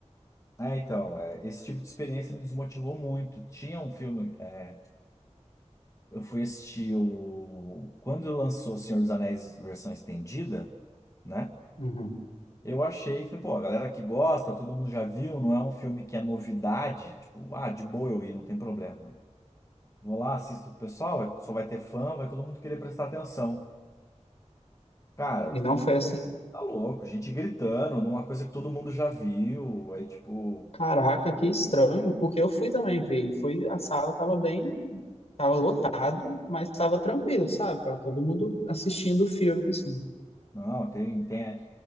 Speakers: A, on the left (about 25°); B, on the left (about 60°).
A: É, então, é, esse tipo de experiência me desmotivou muito. Tinha um filme. é, eu fui assistir o. Quando lançou Senhor dos Anéis versão estendida, né?
B: Uhum.
A: Eu achei, falei, pô, a galera que gosta, todo mundo já viu, não é um filme que é novidade, tipo, ah, de boa eu ir, não tem problema. Vou lá, assisto com o pessoal, vai- só vai ter fã, vai todo mundo querer prestar atenção. Cara,
B: E não foi assim.
A: tá louco, gente gritando numa coisa que todo mundo já viu, aí tipo,
B: Caraca, que estranho, porque eu fui também ver e foi a sala tava bem, tava lotado, mas tava tranquilo, sabe? Tava todo mundo assistindo o filme assim.
A: não, tem, tem